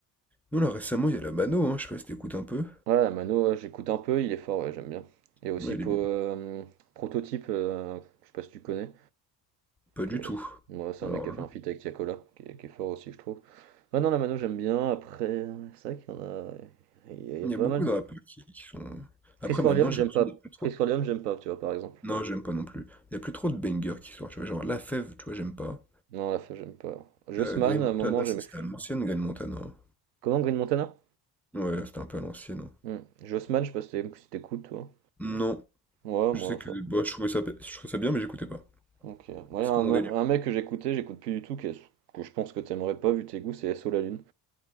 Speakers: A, in the centre; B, on the right.
A: Non, là, récemment, il y a la Mano, hein, je sais pas si tu un peu?
B: Ouais, Mano, ouais, j'écoute un peu, il est fort, ouais, j'aime bien. Et aussi
A: Ouais, elle
B: pour
A: est bien.
B: euh, Prototype, euh, je sais pas si tu connais,
A: Pas du
B: qui est-
A: tout.
B: ouais, c'est
A: Alors
B: un mec qui
A: là,
B: a fait un feat avec Tiakola, qui est, qui est fort aussi, je trouve. Ah non, la Mano, j'aime bien. Après, euh, c'est vrai qu'il y en a, il y a, il y
A: il
B: a pas
A: y a beaucoup
B: mal.
A: de
B: de-
A: rappeurs qui qui sont après
B: Chris Corleone,
A: maintenant, j'ai
B: j'aime
A: l'impression
B: pas.
A: qu'il y a plus trop
B: Chris Corleone, j'aime pas, tu vois, par exemple.
A: non, j'aime pas non plus. Il y a plus trop de bangers qui sortent, tu vois? Genre la fève tu vois, j'aime pas.
B: Non, la fin, j'aime pas. Jossman,
A: Heu, Green
B: à
A: Montana,
B: un moment, j'aimais.
A: c'est c'était à l'ancienne Green Montana. hein.
B: Comment Green Montana?
A: Ouais, c'était un peu à l'ancienne, hein.
B: Hmm. Jossman, je sais pas si t'é- si t'écoutes, toi.
A: Non,
B: Ouais, moi,
A: je sais que
B: ça.
A: bah, je trouvais ça, je trouvais ça bien, mais j'écoutais pas.
B: Ok. Moi,
A: C'est
B: y a un,
A: pas mon
B: me-
A: délire.
B: un mec que j'écoutais, j'écoute plus du tout, qui est- que je pense que t'aimerais pas vu tes goûts, c'est SO La Lune.